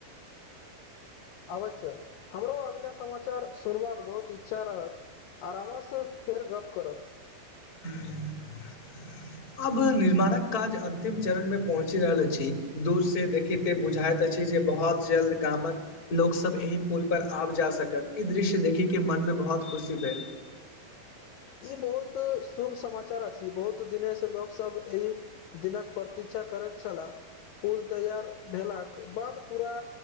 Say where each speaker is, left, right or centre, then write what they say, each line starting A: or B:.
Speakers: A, on the left; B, on the left.
A: अवश्य हमरो अगिला समाचार सुनबाक बहुत इच्छा रहत आराम सँ फेर गप करब
B: <inaudible> अब निर्माणक काज अंतिम चरण मे पहुँच रहल छी दूर से देखते बुझाइत अछि जे बहुत जल्द गामक लोक सब एहि पुल पर आब जा सकत इस दृश्य देखी के मन मे बहुत खुशी भेल
A: ई बहुत शुभ समाचार अछि बहुत दिने से लोक सब एहि दिनक प्रतीक्षा करैत छलाह पुल तैयार भेलाक बाद पूरा